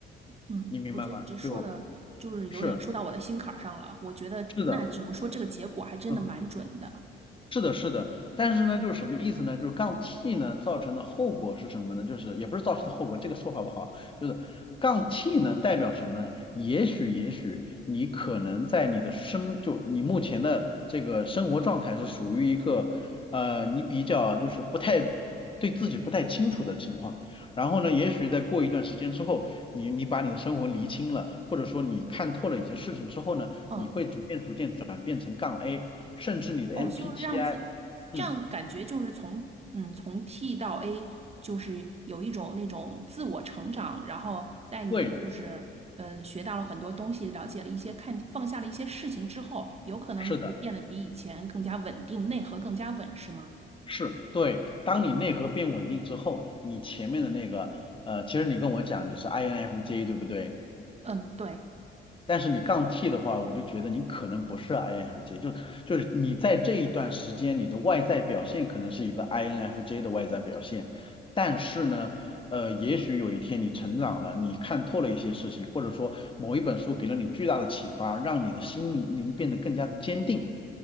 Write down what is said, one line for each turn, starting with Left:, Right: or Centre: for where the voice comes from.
Right: 嗯，
Left: 你明白吗？
Right: 我觉得你这说的就是有点说到我的心坎儿上了。
Left: 就是
Right: 我觉得那只能说这个结果还真的蛮准的。
Left: 是的，嗯。是的，是的，但是呢，就是什么意思呢？就是杠 T 呢造成的后果是什么呢？就是也不是造成的后果，这个说法不好，就是杠 T 呢代表什么呢？也许，也许你可能在你的生，就你目前的这个生活状态是属于一个，呃，你比较就是不太对自己不太清楚的情况，然后呢，也许在过一段时间之后，你你把你的生活厘清了，或者说你看透了一些事情之后呢。
Right: 嗯，
Left: 你会逐渐逐渐转变成杠 A，甚至你的
Right: 哦，
Left: MPTI，
Right: 就是让自
Left: 嗯，
Right: 这样感觉就是从嗯从 T 到 A，就是有一种那种自我成长，然后在你就是嗯学到了很多东西，
Left: 对，
Right: 了解了一些看放下了一些事情之后，有可能你会变得比以前更加稳定，
Left: 是的，
Right: 内核更加稳，是吗？
Left: 是，对。当你内核变稳定之后，你前面的那个，呃，其实你跟我讲你是 INFJ 对不对？
Right: 嗯，对，
Left: 但是你杠 T 的话，我就觉得你可能不是 INFJ，就就是你在这一段时间，你的外在表现可能是一个 INFJ 的外在表现，但是呢，呃，也许有一天你成长了，你看透了一些事情，或者说某一本书给了你巨大的启发，让你的心灵变得更加的坚定，